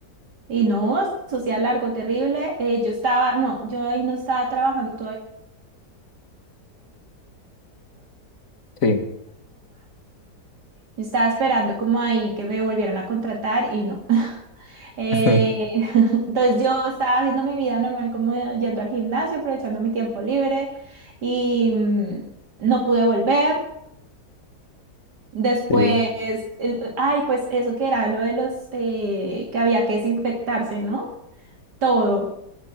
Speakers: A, on the right; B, on the left.
A: Y no, eso sí, era largo, terrible. Eh, yo estaba, no, yo ahí no estaba trabajando
B: Sí.
A: Yo estaba esperando como ahí que me volvieran a contratar y no. <laughs> Eh,
B: <laughs>
A: <laughs> entonces yo estaba haciendo mi vida normal como yendo al gimnasio, aprovechando mi tiempo libre y mm, no pude volver. Después,
B: Sí.
A: el- ay, pues eso que era lo de los eh, que había que desinfectarse, ¿no? Todo.